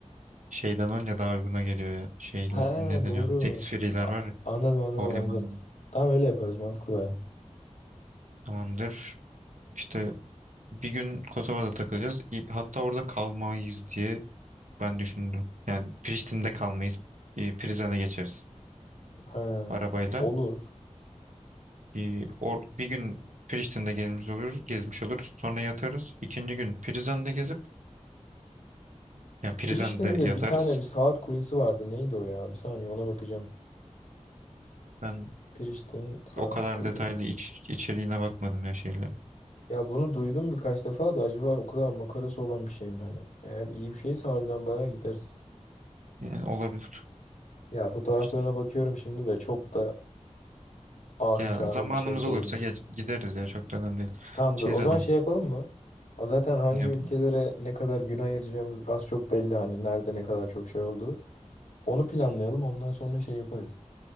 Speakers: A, on the right; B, on the left.
A: şeyden önce daha uyguna geliyor ya. Şeyle
B: Ha
A: ne deniyor?
B: doğru.
A: Tax free'ler
B: A-
A: var ya
B: Anladım anladım
A: havalimanında.
B: anladım. Tamam öyle yaparız mantıklı baya.
A: Tamamdır. İşte Bir gün Kosova'da takılacağız. İ- Hatta orada kalmayız diye ben düşündüm. Yani Priştine'de kalmayız. E, Prizren'e geçeriz
B: Ha
A: arabayla.
B: olur.
A: E, or, bir gün Priştine'de gezmiş oluruz, gezmiş oluruz. Sonra yatarız. İkinci gün Prizren'de gezip, yani Prizren'de
B: Priştine'de
A: yatarız.
B: bir tane bir saat kulesi vardı. Neydi o ya? Bir saniye ona bakacağım.
A: Ben
B: Priştine saat
A: o kadar
B: kulesi.
A: detaylı iç, içeriğine bakmadım ya şeylerin.
B: Ya bunu duydum birkaç defa da acaba o kadar makarası olan bir şey mi hani? Eğer iyi bir şeyse harbiden bayağı gideriz.
A: Yani olabilir.
B: Ya fotoğraflarına
A: İşte
B: bakıyorum şimdi de çok da ahım
A: ya
B: şahım
A: zamanımız
B: bir şey değilmiş.
A: olursa ge- gideriz ya çok da önemli değil.
B: Tamam
A: Şey
B: dur. O
A: zaten
B: zaman şey yapalım mı? A, Zaten hangi
A: ne yapalım.
B: ülkelere ne kadar gün ayıracağımız az çok belli hani nerede ne kadar çok şey olduğu. Onu planlayalım. Ondan sonra şey yaparız.